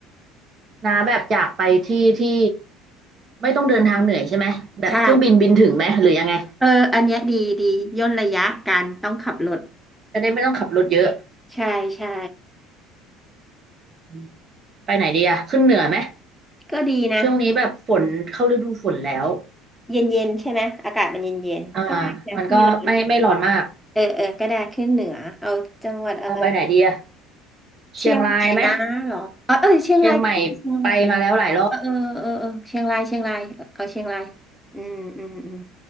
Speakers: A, on the right; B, in the centre.
A: นาแบบอยากไปที่ที่ไม่ต้องเดินทางเหนื่อยใช่ไหมแบบเครื่องบินบินถึงไหมหรือยังไง
B: ใช่เอออันเนี้ยดีดีย่นระยะการต้องขับรถ
A: จะได้ไม่ต้องขับรถเยอะ
B: ใช่ใช่
A: อืมไปไหนดีอะขึ้นเหนือไหม
B: ก็ดีนะ
A: ช่วงนี้แบบฝนเข้าฤดูฝนแล้ว
B: เย็นเย็นใช่ไหมอากาศมันเย็นเย็นก็ได้นะไม่ร้อน
A: อ่ามันก็ไม่ไม่ร้อนมาก
B: เออเออก็ได้ขึ้นเหนือเอาจังหวัดอะไร
A: เอาไปไหนดีอะ เชียงรายไหม
B: เชียงใหม่นะเหรอเออเออเชียงรายก็ดีเชียงราย
A: เชียงใหม่ไปมาแล้วหลายรอบ
B: เออเออเออเออเชียงรายเชียงรายเอาเชียงรายอืมอืมอืม